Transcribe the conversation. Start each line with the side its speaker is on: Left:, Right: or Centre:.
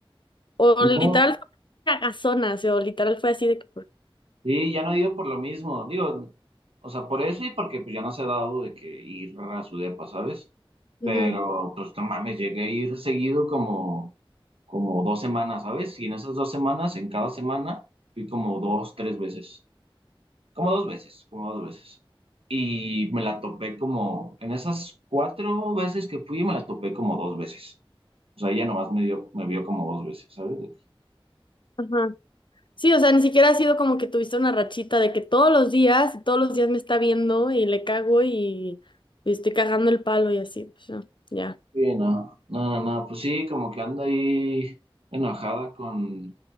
Left: O literal
Right: no,
Left: fue una cagazona, o sea, o literal fue así de que... por-
Right: sí, ya no he ido por lo mismo, digo, o sea, por eso y porque pues ya no se ha dado de que ir a su depa, ¿sabes?
Left: Ujú,
Right: Pero pues no mames, llegué a ir seguido como como dos semanas, ¿sabes? Y en esas dos semanas, en cada semana, fui como dos, tres veces, como dos veces, como dos veces. Y me la topé como, en esas cuatro veces que fui, me la topé como dos veces. O sea, ella nomás me dio, me vio como dos veces, ¿sabes? De que,
Left: Ajá. Sí, o sea, ni siquiera ha sido como que tuviste una rachita de que todos los días, todos los días me está viendo y le cago y, y estoy cagando el palo y así, pues no, ya.
Right: Sí, no, no, no, no, pues sí, como que anda ahí enojada con,